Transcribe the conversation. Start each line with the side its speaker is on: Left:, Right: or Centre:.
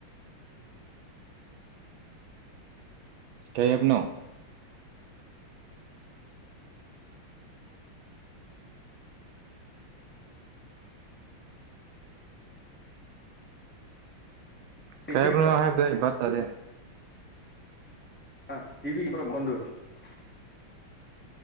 Right: ꯀꯩ ꯍꯥꯏꯕꯅꯣ
Centre: ꯄꯤꯇꯤꯡꯕꯣ
Right: ꯀꯩ ꯍꯥꯏꯕꯅꯣ ꯅꯪ ꯍꯥꯏꯕꯗꯣ ꯑꯩ ꯚꯥꯕ ꯇꯥꯗꯦ
Centre: ꯑ ꯇꯤꯚ ꯏ꯭ꯔꯣ ꯃꯟꯗꯨ <unintelligible>